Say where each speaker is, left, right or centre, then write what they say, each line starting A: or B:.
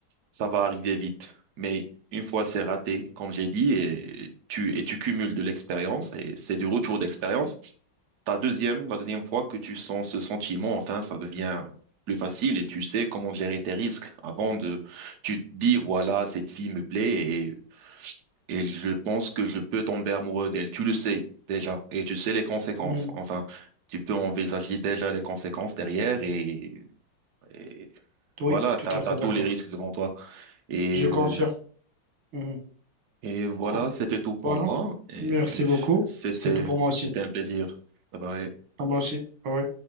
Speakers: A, on the right; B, on the right.
A: ça va arriver vite. Mais une fois c'est raté, comme j'ai dit, et tu, et tu cumules de l'expérience, et c'est du retour d'expérience, ta deuxième, la deuxième fois que tu sens ce sentiment, enfin, ça devient plus facile et tu sais comment gérer tes risques. Avant de, tu te dis, voilà, cette fille me plaît et, et je pense que je peux tomber amoureux d'elle. Tu le sais déjà et tu sais les conséquences.
B: Mhm.
A: Enfin, tu peux envisager déjà les conséquences derrière et, et
B: Oui,
A: voilà, t'as,
B: tout à
A: t'as
B: fait
A: tous
B: d'accord.
A: les risques devant toi. Et
B: Je confirme.
A: euh,
B: Mhm.
A: Et voilà,
B: Donc,
A: c'était tout pour
B: Voilà.
A: moi. Et
B: Merci
A: <laughs>
B: beaucoup.
A: c'était,
B: C'était tout pour moi aussi.
A: c'était un plaisir. Bye bye.
B: À moi aussi. Ah Oui.